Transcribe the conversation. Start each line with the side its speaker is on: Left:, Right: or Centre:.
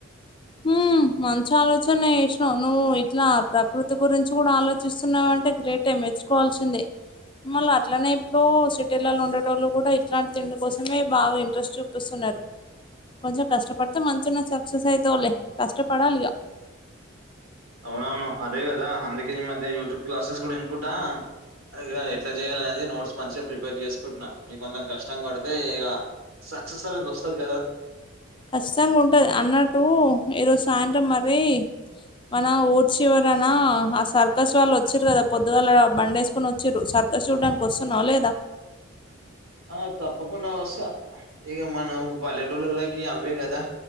Left: హ్మ్. మంచి ఆలోచన ఏసినావు నువ్వు ఇట్లా ప్రకృతి గురించి కూడా ఆలోచిస్తున్నావంటే గ్రేటే మెచ్చు కోవాల్సిందే మళ్ళ అట్లనే ఇప్పుడు సిటీలలో ఉండేటోళ్ళు కూడా ఇట్లాంటి తిండి కోసమే బాగా ఇంట్రెస్ట్ చూపిస్తున్నారు కొంచెం కష్టపడితే మంచిగా సక్సెస్ అయితవ్ లే కష్టపడాలిగా
Right: అవునవును అదే కదా అందుకే ఈ మధ్య యూట్యూబ్ క్లాసెస్ కూడా ఇనుకుంటా ఇగ ఎట్లా చేయాలి అనేది నోట్స్ మంచిగా ప్రిపేర్ చేసుకుంటున్నా ఇగ కొంచెం కష్టం పడితే ఇగ సక్సెస్ అనేది వస్తాది గదా
Left: ఖచ్చితంగా ఉంటది అన్నట్టు ఈరోజు సాయంత్రం మరి మన ఊరి చివరనా ఆ సర్కస్ వాళ్ళు వొచ్చిరు కదా పొద్దుగాల బండే ఎస్ కొని వొచ్చిరు సర్కస్ చూడ్డానికి వస్తున్నావ లేదా
Right: ఆ తప్పకుండా వస్తా ఇగ మన పల్లెటూళ్ళలోకి అవ్వే గదా